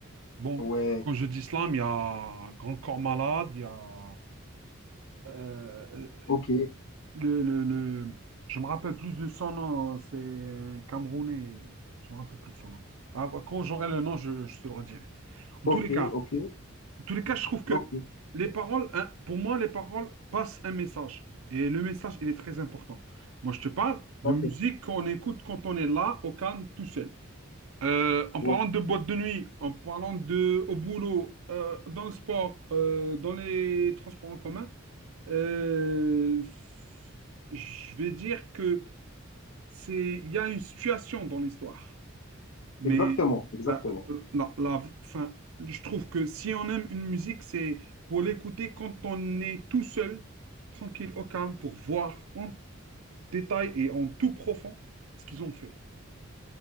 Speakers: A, on the right; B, on the left.
A: Bon,
B: Ouais,
A: quand je dis slam, il y a Grand Corps Malade, il y a euh, euh,
B: ok,
A: le, le, le- Je me rappelle plus de son nom, hein, c'est un Camerounais. Je me rappelle plus de son nom. Ah, Quand j'aurai le nom, je, je te le redirai. En
B: ok,
A: tous les cas,
B: ok,
A: En tous les cas, je trouve que
B: ok,
A: les paroles, hein, pour moi, les paroles passent un message. Et le message, il est très important. Moi, je te parle de
B: d'accord.
A: musique qu'on écoute quand on est là, au calme, tout seul. Euh, en
B: Ouais,
A: parlant de boîte de nuit, en parlant de au boulot, euh, dans le sport, euh, dans les transports en commun, euh, je vais dire que c'est, il y a une situation dans l'histoire. Mais
B: exactement, exactement.
A: la, la, la- enfin, je trouve que si on aime une musique, c'est pour l'écouter quand on est tout seul, tranquille, au calme, pour voir en détail et en tout profond ce qu'ils ont fait